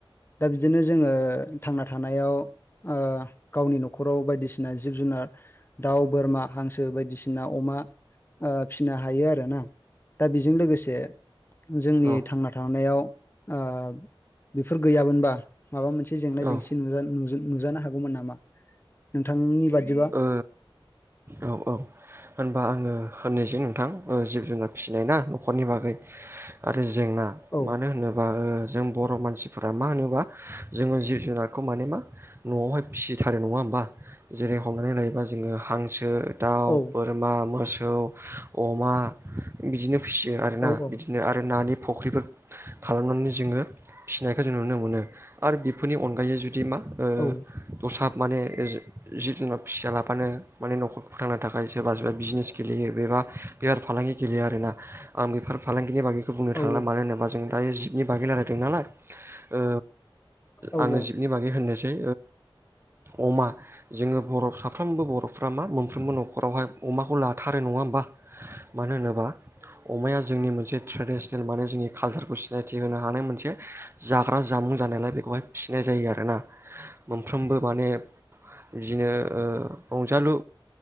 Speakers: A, on the left (about 25°); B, on the right (about 25°).
A: दा बिदिनो जोंङो थांना थानायाव ओ गावनि न'खराव बायदिसि नो जिब जुनार दाउ बोरमा हांसो बायदिसिना अमा ओ फिसिनो हायो आरो ना दा बेजों लोगोसे जोंनि
B: औ
A: थांना थानायांनायाव ओ बेफोर गैयामोनबा माबा मोनसे जेंना
B: औ ओ
A: जेंसि नुजा नु नुजानो हागौमोन नामा नोंथांनि बादिबा
B: ओ औ औ। होनबा आंङो होननायसै नोंथां ओ जिब जुनार फिसिनाय ना न'खरनि बागै आरो जेंना
A: औ
B: मानो होनो ओ-ओ जों बर' मानसिफोरा मा होनोबा जोंङो जिब जुनारखौ माने मा न'आवहाय फिसिथारो नङा होमबा जेरै हमनानै लायोबा जोंङो हांसो दाउ
A: औ
B: बोर मा मोसौ अमा बिदिनो फिसियो आरोना
A: औ औ
B: बिदि बिनो आरो नानि फुख्रिफोर खालामनानै जोंङो फिनायखौ जों नुनो मोनो। आरो बेफोरनि अनगायै जुदि मा ओ
A: औ
B: दस्रा माने जि जुनना फिसा लाबानो माने न'खरखौ फोथांनो थाखाय सोरबा सोरबा बिजनेस गेलेयो बेबा बेफार फालांगि गेलेयो आरोना आं बेफोर फालांगिनि बागैखौ बुंनो
A: औ
B: थांला मानो होनोबा जों दायो जिबनि बागै रायलायदों नालाय। ओ
A: औ
B: आंङो
A: औ
B: जिबनि बागै होननोसै अमा जोंङो बर साफ्रोमबो बर'फ्रा मा मोनफ्रोमबो न'खरावहाय अमाखौ लाथारो नङा होमबा? मानो होनोबा अमाया जोंनि मोनसे ट्रेडनेल माने जोंनि कालचारखौ सिनायथि होनो हानाय मोनसे जाग्रा जामुं जानायलाय बेखौहाय फिसिनाय जायो आरोना मोनफ्रोमबो माने बिदिनो ओ रंजालु